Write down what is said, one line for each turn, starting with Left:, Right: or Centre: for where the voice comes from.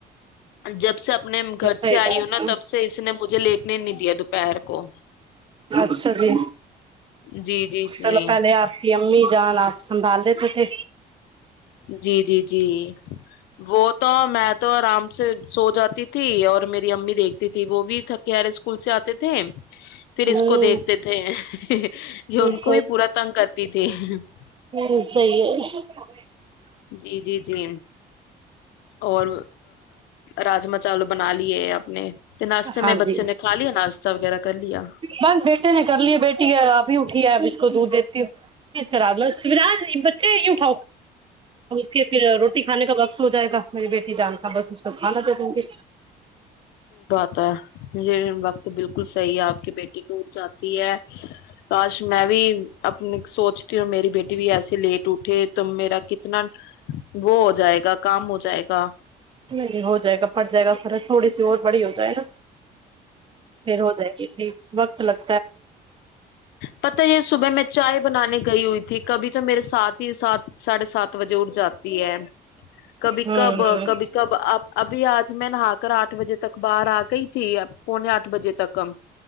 Left: جب سے اپنے
Right: حی
Left: سے آئی
Right: بات
Left: ہو نا تب سے اس نے مجھے لیٹنے نہیں دیا دوپہر کو
Right: اچھا جی
Left: جی جی جی
Right: چلو پہلے آپ کی امی جا آپ سنبھال لیتے تھے
Left: جی جی جی وہ تو میں تو آرام سے سو جاتی تھی اور میری امی دیکھتی تھی وہ بھی ر اسکول سے آتے تھے پھر
Right: ہوں
Left: اس کو دیکھتے تھے یہ ان
Right: یہ
Left: کو
Right: صحیح
Left: بھی پورا تنگ کر <inaudible>
Right: <inaudible>
Left: جی جی جی اور راجما چاول بنا ے اپنے ناشتے میں
Right: ہاں
Left: بچے
Right: جی
Left: نے کھا لیا ناشتہ وغیرہ کر لیا
Right: بس بیٹے نے کر لی ہے بیٹی ہے آپ بھی اٹھی ہے اب اس کو دودھ دیتی ہوں پز کرا لو سج بچے ی اٹھاؤ اس کے پھر روٹی کھانے کا وقت ہو جائے گا میری بیٹی جان تھا بس اس کو کھانا دی دوںی
Left: ہو یہ وقت بالکل صحیح ہے آپ کی بیٹی کی اٹھ جاتی ہے کاش میں بھی اپنے سوچتی ہوں میری بیٹی بھی ایسے لیٹ اٹھے ت میرا کتنا وہ ہو جائے گا کام ہو جائے گا
Right: نہیں ہو جائے گا پٹ جائے گا فر تھوڑی سی اور بڑی ہو جائے نا پھر ہو جائے گی ٹھیک وقت لگ
Left: پت یہ صبح میں چائے بنانے کے گئی ہوئی تھی کبھی تو میرے ساتھ ہی سات ساڑھے سات بجے اٹھ جاتی ہے کبھی
Right: ہاں
Left: کب کبھی کب اب ابھی آ آج میں نہا کر آٹھ بجے تک باہر آ گئی تھی اب پونے آٹھ بجے تک ہم